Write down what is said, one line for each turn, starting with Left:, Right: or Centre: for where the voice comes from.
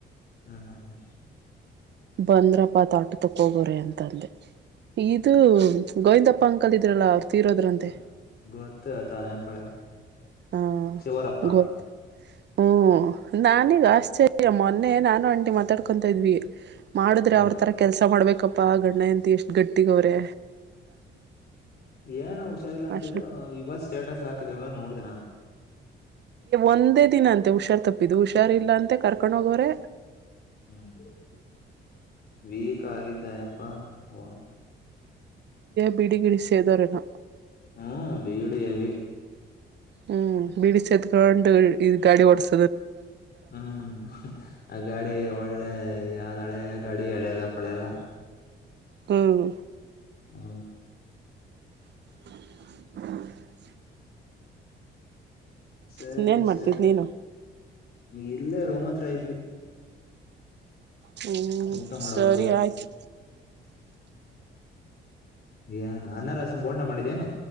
Left: ಹ್ಮ ಹಾ ಹಾ
Right: ಬಂದ್ರಪ್ಪ ತಟ್ಟು ತಕೋಗ್ರ ಅಂತಂದೆ ಇದು ಗೋವಿಂದಪ್ಪ ಪಂಕದ ಇದ್ರಲ್ಲ ತೀರೋದ್ರಂತೆ
Left: ಹ ಗತ್ತತ ಅತ ನ ಪಳ
Right: ಹಾ
Left: ಶಿವರಪ್ಪಪ್ಪಾ
Right: ಗೊತ್ತು ಹ್ಮ್ ನಾನೀಗ ಆಶ್ಚರ್ಯ ಮೊನ್ನೆ ನಾನು ಆಂಟಿ ಮಾತಾಡ್ಕೊತ ಇದ್ವಿ ಮಾಡಿದ್ರೆ
Left: ಹಾ
Right: ಅವ್ರ ಥರ ಕೆಲಸ ಮಾಡ್ಬೇಕಪ್ಪಾ ಗಂಡಯಂತ ಎಷ್ಟು ಗಟ್ಟಿಗ ಅವ್ರೆ
Left: ಏನು ಹುಷಾರಿಲ್ಲ ಅಂತಿದ್ರು
Right: ಅಷ್ಟ
Left: ಇವತ್ ಸ್ಟೇಟಸ್ ಹಾಕಿದ್ರಲ್ಲ ನೋಡ್ದ ನಾನು
Right: ಒಂದೇ ದಿನ ಅಂತೆ ಹುಷಾರ್ ತಪ್ಪಿದ್ದು ಹುಷಾರ್ಲ್ಲಾಂತೆ ಕರ್ಕೊಂಡ್ ಹೋಗವ್ರೆ
Left: ಹ್ಮ್ ವೀಕ್ ಆಗಿದ್ದಾಯಪ್ಪಾ ಹ
Right: ಬಿಡಿ ಗಿಡಿ ಸೇದರೆಣ
Left: ಹ್ಮ್ ಬೇಗಡಿ ಎವಿ
Right: ಹ್ಮ್ ಬಿಡಿಸಿದಕೊಂಡು ಗಾಡಿ ಓಡಸ
Left: ಹ್ಮ್ ಆ ಗಾಡಿ ಒಳ್ಳೆ ಯಾವ ತಾಳೆ ಗಾಡಿ ಎಳೆಲ್ಲ ಪಳೆಲ್ಲ
Right: ಹ್ಮ್
Left: ಹ್ಮ
Right: ಹ
Left: ಸರಿ
Right: ಇನ್ನೇನ್ ಮಾಡ್ತಿದ್
Left: ಸರಿ
Right: ನೀನು
Left: ಇಲ್ಲೇ ರೋಮ ಹತ್ರ ಇದ್ವಿ
Right: ಹ್ಮ್
Left: ಊಟ ಮಾಡ್ಬೇಕು
Right: ಸರಿ ಆಯ್ತು
Left: ಏನ್ ಅನಾರಾಸಮ ಬೋಂಡ ಮಾಡಿದ್ದೇನು